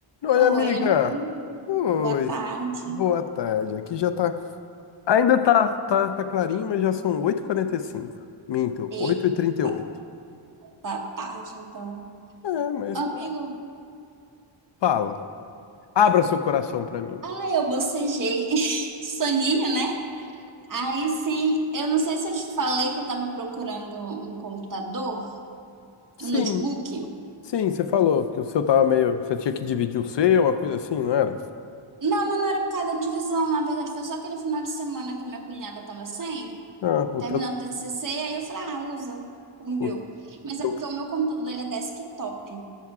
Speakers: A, on the left; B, on the right.
A: Oi,
B: Oi,
A: amiga.
B: amigo.
A: Oi.
B: Boa tarde.
A: Boa tarde. Aqui já tá. Ainda tá, tá, tá clarinho, mas já são oito e quarenta e cinco Minto,
B: Eita,
A: oito e trinta e oito
B: tá tarde, então.
A: É, mas
B: Amigo,
A: tá. Fala. Abra seu coração pra mim.
B: ah, eu bocejei. <laughs> Soninho, né? Aí sim, eu não sei se eu te falei que eu tava procurando um computador,
A: Sim,
B: um notebook.
A: sim, você falou que o seu tava meio. Você tinha que dividir o seu, uma coisa assim, não era?
B: Não, mas não era por causa da divisão. Na verdade, foi só aquele final de semana que a minha cunhada tava sem,
A: Ah, o
B: terminou
A: teu.
B: o TCC, aí eu falei, ah, usa o meu.
A: O
B: Mas
A: teu.
B: é porque o meu computador, ele é desktop.